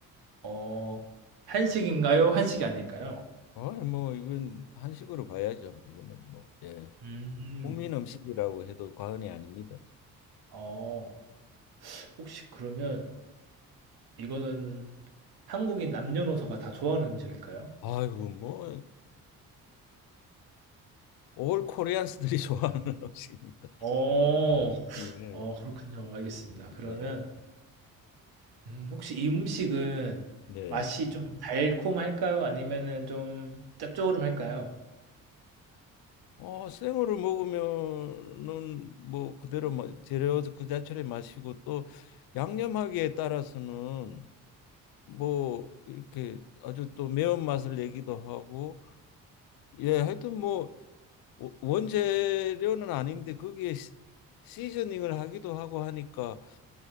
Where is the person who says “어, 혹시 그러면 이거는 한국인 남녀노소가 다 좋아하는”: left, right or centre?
Right